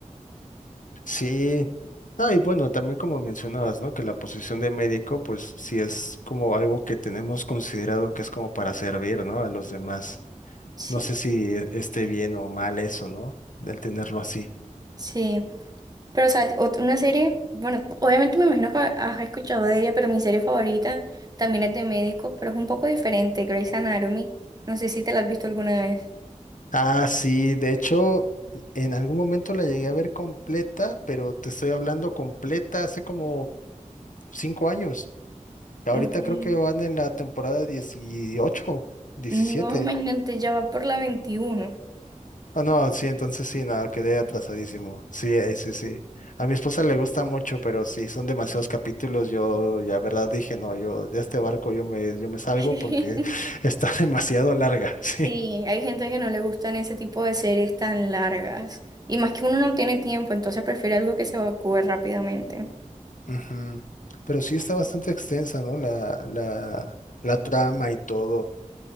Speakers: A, on the left; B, on the right.
A: Sí. Ah, y bueno, también como mencionabas, ¿no? Que la posición de médico, pues sí es como algo que tenemos considerado que es como para servir, ¿no? A los demás.
B: Sí,
A: No sé si eh, esté bien o mal eso, ¿no? Del tenerlo así.
B: sí. Pero, o sea, ot- una serie, bueno, obviamente me imagino que has escuchado de ella, pero mi serie favorita también es de médicos, pero es un poco diferente, Grey's Anatomy. No sé si te la has visto alguna vez.
A: Ah, sí, de hecho, en algún momento la llegué a ver completa, pero te estoy hablando completa hace como cinco años. Ahorita
B: Ok.
A: creo que van en la temporada 18, 17.
B: No, imagínate, ya va por la veintiuno
A: Ah, no, sí, entonces sí, nada, quedé atrasadísimo. Sí, eh, sí, sí. A mi esposa le gusta mucho, pero sí, son demasiados capítulos. Yo, ya verdad, dije, no, yo de este barco yo me, yo me salgo
B: <laughs>
A: porque <laughs> está demasiado larga, <laughs> sí.
B: Sí, hay gente que no le gustan ese tipo de series tan largas. Y más que uno no tiene tiempo, entonces prefiere algo que se evacúe rápidamente.
A: Ujú. Pero sí está bastante extensa, ¿no? La, la, la trama y todo.